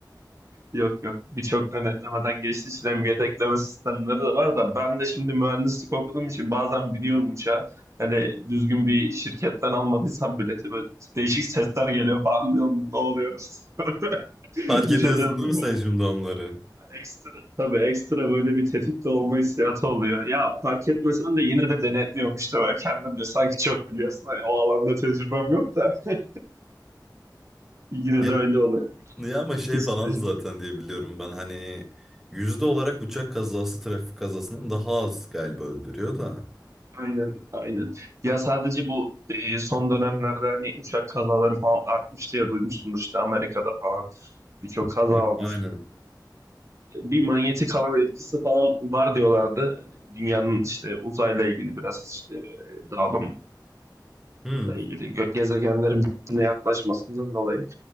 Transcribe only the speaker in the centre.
<laughs> Fark
ediyorsun değil
mi sen şimdi onları?
Ya,
ya ama şey
falan zaten diye biliyorum ben hani yüzde olarak uçak kazası trafik kazasından daha az galiba öldürüyor da.
A-
Aynen.
Hmm.